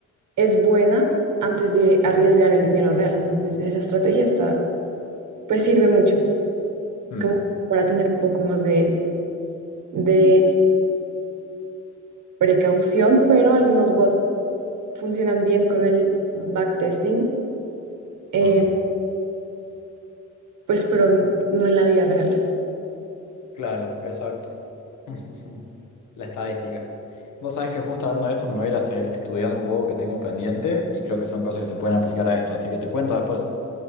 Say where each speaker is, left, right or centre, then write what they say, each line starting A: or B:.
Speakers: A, on the right; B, on the left.
A: es buena antes de arriesgar el dinero real. Entonces, esa estrategia está, pues sirve mucho,
B: Mm,
A: como para tener un poco más de, de
B: Mm.
A: precaución, pero algunos bots funcionan bien con el backtesting, eh,
B: mm.
A: pues, pero no en la vida real.
B: Claro, exacto. <laughs> La estadística. Vos sabés que justo hablando de eso me voy a ir a seguir estudiando un poco que tengo pendiente y creo que son cosas que se pueden aplicar a esto, así que te cuento después.